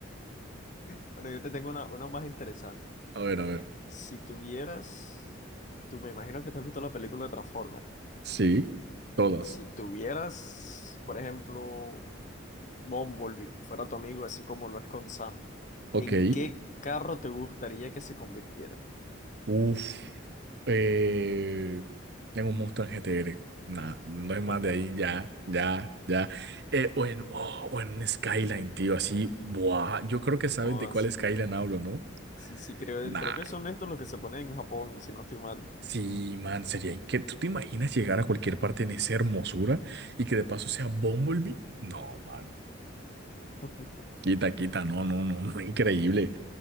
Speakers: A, on the left; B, on the right.
A: Bueno, yo te tengo una, una más interesante.
B: A ver, a ver.
A: Si tuvieras, tú me imagino que te has visto la película de Transformers.
B: Sí, todas.
A: Si tuvieras, por ejemplo, Bumblebee, fuera tu amigo, así como lo es con Sam,
B: Ok.
A: ¿en qué carro te gustaría que se convirtiera?
B: Uf. Eh, tengo un monstruo en GTR. Nah, no es más
A: <laughs>
B: de ahí. Ya, ya, ya. Eh, o en, oh, o en un Skyline, tío, así. Buah. Yo creo que sabes
A: O
B: de
A: así.
B: cuál Skyline hablo, ¿no?
A: Sí, sí, creo,
B: Nah.
A: creo que son estos los que se ponen en Japón, si no estoy mal.
B: Sí, man, sería que ¿Tú te imaginas llegar a cualquier parte en esa hermosura y que de paso sea Bumblebee? No, man.
A: <laughs>
B: Quita, quita. No, no, no. no, <laughs> Increíble.